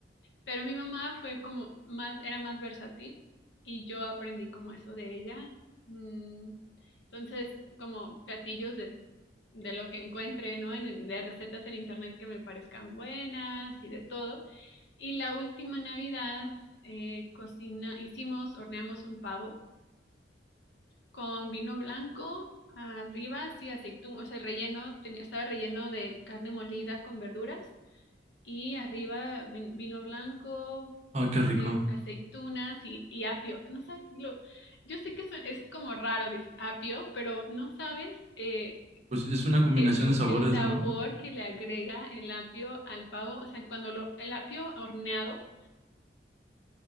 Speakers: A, on the left; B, on the right.
A: Pero mi mamá fue como más, era más versátil y yo aprendí como eso de ella. Mm, Entonces, como platillos de, de lo que encuentre, ¿no? En- de recetas en internet que me parezcan buenas y de todo. Y la última Navidad eh, cocina, hicimos, horneamos un pavo con vino blanco, arriba así aceitún, o sea, relleno, tenía, estaba relleno de carne molida con verduras y arriba ven- vino blanco,
B: Ah, qué
A: acei-
B: rico.
A: aceitunas y, y apio. No sabes, lo, yo sé que suen- es como raro, dices apio, pero no sabes eh,
B: Pues es una combinación
A: el,
B: de sabores,
A: el sabor
B: ¿no?
A: que le agrega el apio al pavo, o sea, cuando lo, el apio horneado